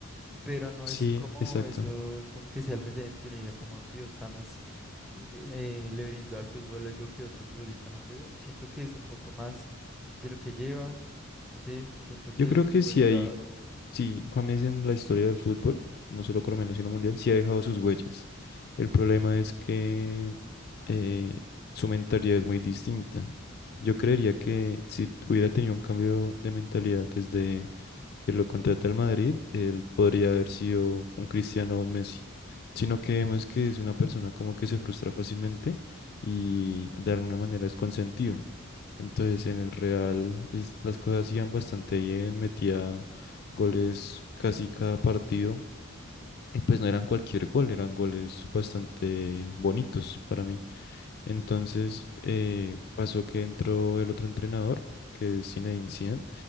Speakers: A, in the centre; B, on the left.
A: Pero no
B: Sí,
A: es como
B: exacto.
A: eso, como que sea el referente que uno diga, como Dios, James eh, eh, le brindó al fútbol algo que otro futbolista no ha podido. Siento que es un poco más de lo que lleva, no sé, siento que
B: Yo creo
A: es
B: que si
A: buen jugador.
B: hay, si James en la historia del fútbol, no solo colombiano, sino mundial, sí ha dejado sus huellas. El problema es que eh, su mentalidad es muy distinta. Yo creería que si hubiera tenido un cambio de mentalidad desde que lo contrata el Madrid, él podría haber sido un Cristiano o un Messi. Sino que vemos que es una persona como que se frustra fácilmente y de alguna manera es consentido. Entonces en el Real es- las
A: Sí,
B: cosas iban bastante bien, metía goles casi cada partido y pues no eran cualquier gol, eran goles bastante bonitos para mí. Entonces eh, pasó que entró el otro entrenador, que es Zinedine Zidane,